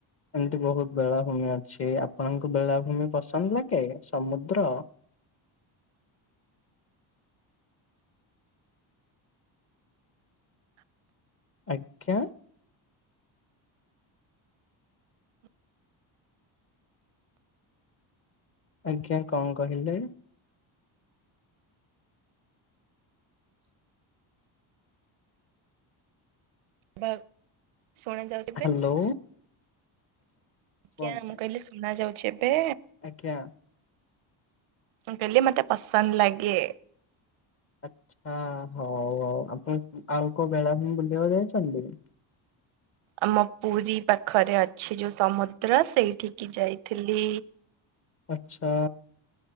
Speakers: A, on the left; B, on the right.
A: ଏମତି ବହୁତ ବେଳାଭୂମି ଅ ଛି। ଆପଣଙ୍କୁ ବେଳାଭୂମି ପସନ୍ଦ ଲାଗେ। ସମୁଦ୍ର ଆଜ୍ଞା। ଆଜ୍ଞା କଣ କହିଲେ?
B: ମ୍ୟାମ୍ ଶୁଣା ଯାଉ
A: ହ୍ୟାଲୋ।
B: ଆଜ୍ଞା,
A: କୁହନ୍ତୁ
B: ମୁଁ କହିଲି ଶୁଣା ଯାଉଛି ଏବେ?
A: ଆଜ୍ଞା।
B: ମୁଁ କଇଲି, ମୋତେ ପସନ୍ଦ ଲାଗେ।
A: ଆଛା। ହଉ ହଉ, ଆପଣ ଆଉ କୋଉ ବେଳାଭୂମି ବୁଲିବାକୁ ଯାଇଛନ୍ତି?
B: ଆମ ପୁରୀ ପାଖରେ ଅଛି ଯୋଉ ସମୁଦ୍ର ସେଇଠିକି ଯାଇଥିଲି।
A: ଆଚ୍ଛା।